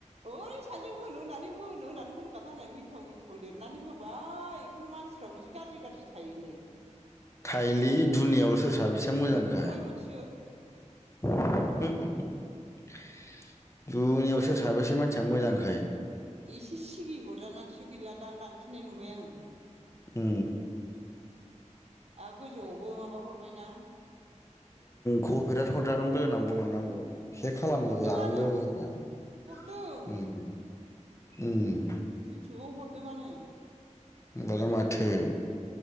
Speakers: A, on the right (about 55°); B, on the left (about 25°).
A: ओरैनो सानैजों होनो होनना नै होनो होननानै होनखाथारनानै मिनथाव मिनथाव लिरनानै होबाय खुनु मानसिफ्राबो जि गाज्रि गाज्रि थायोलै
B: थायोलि दुनियावल' सोर साबेसेया मोजांखाय
A: मोनसो
B: दुनिया याव सोर साबैसे मानसिया मोजांखाय
A: एसे सिगि हरजानानैसो गैलादां दानफिननाय नुबाय आङो
B: ओ
A: आरो गोजौआवबो माबा हरबाय ना
B: कपेरायद हरजागोनबो होनना बुंहरनांगौ से खालामनो
A: हरदोंआनो
B: जागोनबो होननानै
A: हरदों
B: ओ ओ
A: इउटुबाव हरदों आनो
B: होमबालाय माथो